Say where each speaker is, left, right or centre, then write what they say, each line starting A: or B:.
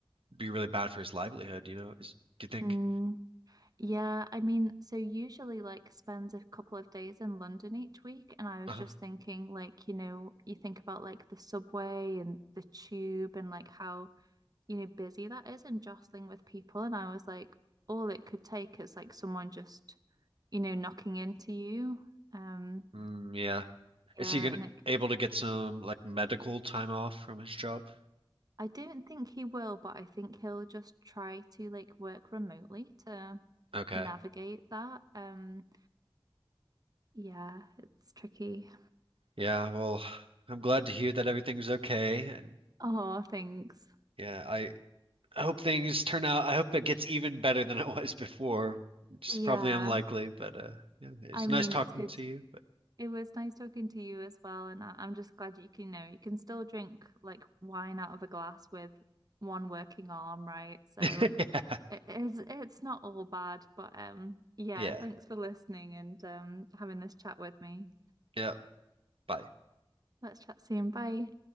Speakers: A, on the right; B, on the right.
A: be really bad for his livelihood. You know, is do you think?
B: Mm. Yeah, I mean, so usually like spends a couple of days in London each week, and I was
A: Uh,
B: just thinking like, you know, you think about like the subway and the tube and like how, you know, busy that is and jostling with people, and I was like, all it could take is like someone just, you know, knocking into you. Um,
A: mm, yeah. Is
B: yeah,
A: he gonna
B: and like
A: able to get some like medical time off from his job?
B: I don't think he will, but I think he'll just try to like work remotely to
A: Okay.
B: navigate that. Um, yeah, it's tricky.
A: Yeah. Well, I'm glad to hear that everything's okay. And
B: Oh, thanks.
A: yeah, I I hope things turn out. I hope it gets even better than it was before, which
B: Yeah,
A: is probably unlikely, but uh, yeah, it's
B: I mean,
A: nice talking
B: it's good.
A: to you. But
B: It was nice talking to you as well, and I I'm just glad you can, you know, you can still drink like wine out of a glass with one working arm, right? So
A: <laughs> yeah,
B: it is, it's not all bad, but um, yeah,
A: yeah,
B: thanks for listening and um having this chat with me.
A: yeah. Bye.
B: Let's chat soon. Bye.